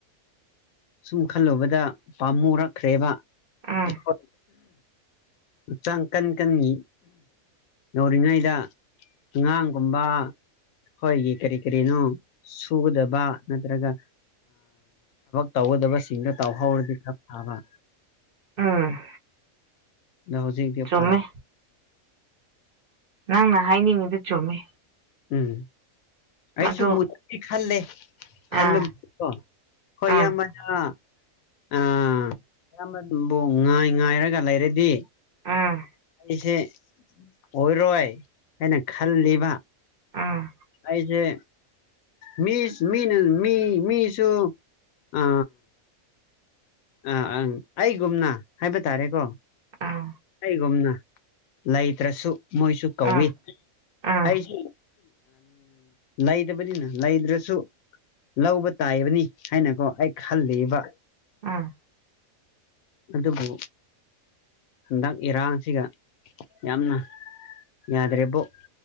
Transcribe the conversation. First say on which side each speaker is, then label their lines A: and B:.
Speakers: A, on the left; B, on the right.
A: ꯁꯨꯝ ꯈꯜꯂꯨꯕꯗ ꯄꯥꯝꯃꯣꯔꯛꯈ꯭ꯔꯦꯕ ꯑꯩꯈꯣꯏ꯫
B: ꯎꯝ
A: ꯍꯛꯆꯥꯡ ꯀꯟ ꯀꯟꯒꯤ ꯅꯧꯔꯤꯉꯩꯗ꯫ ꯑꯉꯥꯡꯒꯨꯝꯕ꯫ ꯍꯣꯏꯒꯤ ꯀꯔꯤ ꯀꯔꯤꯅꯣ ꯁꯨꯒꯗꯕ ꯅꯠꯇ꯭ꯔꯒ꯫ ꯇꯧꯒꯗꯕꯁꯤꯡꯗ ꯇꯧꯍꯧꯔꯗꯤ ꯈꯔ ꯐꯥꯕ꯫
B: ꯎꯝ
A: ꯌꯥ ꯍꯧꯖꯤꯗꯤ
B: ꯆꯨꯝꯃꯦ
A: ꯄꯥꯏ꯫
B: ꯅꯪꯅ ꯍꯥꯏꯅꯤꯡꯉꯤꯗꯨ ꯆꯨꯝꯃꯤ꯫
A: ꯎꯝ
B: ꯃꯗꯨ
A: ꯑꯩꯁꯨ ꯃꯨꯦ ꯈꯜꯂꯦ
B: ꯑꯥ
A: ꯈꯟꯕ__ ꯑꯣ ꯍꯣꯏ
B: ꯑꯥ
A: ꯌꯥꯝꯌꯥꯝꯕꯅ꯫ ꯑꯥ ꯑꯌꯥꯝꯕꯕꯨ ꯉꯥꯏ ꯉꯥꯏꯔꯒ ꯂꯩꯔꯗꯤ꯫
B: ꯎꯝ
A: ꯑꯩꯁꯦ ꯑꯣꯏꯔꯣꯏ ꯍꯥꯏꯅ ꯈꯜꯂꯤꯕ꯫
B: ꯎꯝ
A: ꯑꯩꯁꯦ꯫ ꯃꯤ ꯃꯤꯅ ꯃꯤ ꯃꯤꯁꯨ ꯑ__ ꯑꯥ ꯑꯪ ꯑꯩꯒꯨꯝꯅ ꯍꯥꯏꯕ ꯇꯥꯔꯦꯀꯣ꯫
B: ꯎꯝ
A: ꯀꯩꯒꯨꯝꯅ ꯂꯩꯇ꯭ꯔꯁꯨ꯫ ꯃꯣꯏꯁꯨ ꯀꯧꯏ
B: ꯎꯝ ꯎꯝ
A: ꯑꯩꯁꯨ ꯂꯩꯕꯅꯤꯅ__ ꯂꯩꯗ꯭ꯔꯁꯨ ꯂꯧꯕ ꯇꯥꯏꯕꯅꯤ ꯍꯥꯏꯅꯀꯣ ꯑꯩ ꯈꯜꯂꯤꯕ꯫
B: ꯑꯥ꯫
A: ꯑꯗꯨꯕꯨ꯫ ꯍꯟꯗꯛ ꯏꯔꯥꯡꯁꯤꯒ ꯌꯥꯝꯅ ꯌꯥꯗ꯭ꯔꯦꯔꯤꯕꯣ꯫